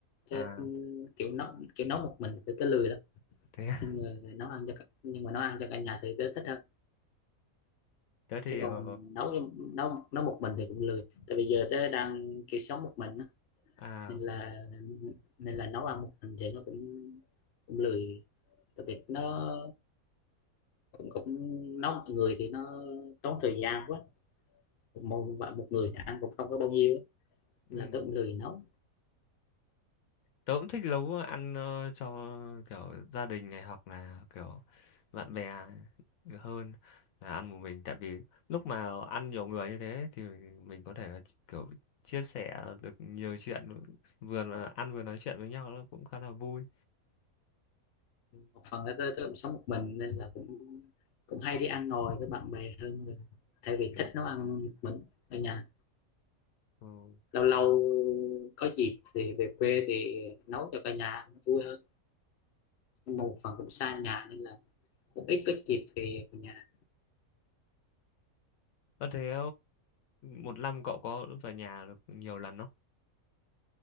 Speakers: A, on the left; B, on the left.
A: à
B: tớ ừm, kiểu nấu kiểu nấu một mình thì tớ lười lắm
A: thế à?
B: nhưng mà nấu ăn cho cả- nhưng mà nấu ăn cho cả nhà thì tớ thích hơn
A: <laughs> thế thì
B: chứ
A: ờ,
B: còn nấu cho- nấu nấu một mình thì cũng lười tại vì giờ tớ đang kiểu sống một mình á,
A: à
B: nên là nên là nấu ăn một mình thì nó cũng cũng lười tại vì nó cũng, cũng nấu mọi người thì nó tốn thời gian quá một, một, một người thì ăn cũng không có bao nhiêu á.
A: ừ.
B: nên là tôi cũng lười nấu
A: tớ cũng thích nấu ăn ờ, cho kiểu gia đình này hoặc là kiểu bạn bè hơn là ăn một mình tại vì lúc mà ăn nhiều người như thế thì mình có thể là kiểu chia sẻ được nhiều chuyện vừa là ăn vừa nói chuyện với nhau nó cũng khá là vui
B: một phần là tôi, tôi cũng sống một mình nên là cũng cũng hay đi ăn ngồi với bạn bè hơn là thay vì
A: <laughs>
B: thích nấu ăn một mình ở nhà
A: ừ.
B: lâu lâu có dịp thì về quê thì nấu cho cả nhà ăn vui hơn nhưng mà một phần cũng xa nhà nên là cũng ít có dịp về nhà
A: Có thế một năm cậu có về nhà được nhiều lần không